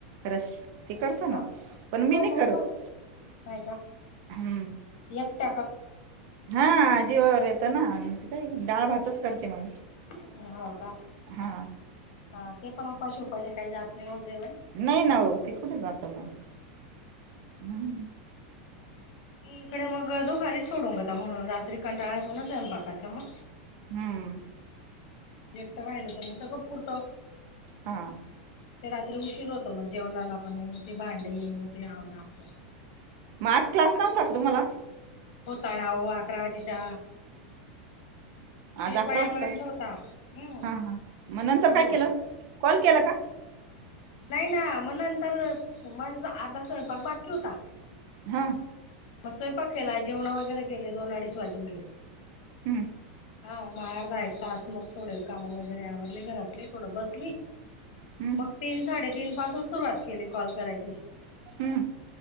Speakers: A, on the right; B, on the left.
A: रस ते करतो
B: अ,
A: ना
B: हो,
A: पण मी नाही
B: म
A: करत
B: उपास नाही का?
A: हम्म
B: एकट
A: हा जीवावर येत ना, त काय, डाळ भातच करते मग.
B: हो, का?
A: हा
B: हा ते पण उपाशी उपाशी काही जात नाही हो जेवण
A: नाही ना हो, ते कुठे जात मग हम्म.
B: इकडे मग दुपारीच सोडून घेता. म्हणून रात्री कंटाळा येतो ना, स्वयंपाकाचा मग!
A: हम्म
B: एकटं राहिलं तर, मग सगळं पुरत.
A: हा
B: ते रात्री उशीर होतो मग, जेवणाला पण ते भांडे मग ते आवरा असल
A: म आज क्लास नव्हता का तुम्हाला?
B: होता राव अकरा वाजेचा
A: आज
B: एक
A: अकरा
B: वाजेपर्यंत
A: वाजता.
B: होता हम्म
A: हा हा मग नंतर
B: हो
A: काय केलं? कॉल केला का?
B: नाही ना मग नंतर, माझ अर्धा स्वयंपाक बाकी होता.
A: हा.
B: म स्वयंपाक केला, जेवण वगैरे केले, दोन अडीच वाजून गेले.
A: हम्म
B: हा म अर्धा, एक, तास मग थोडे काम वगैरे आवरले घरातले थोडं बसली
A: हम्म
B: मग तीन, साडेतीन, पासून सुरुवात केली कॉल करायची.
A: हम्म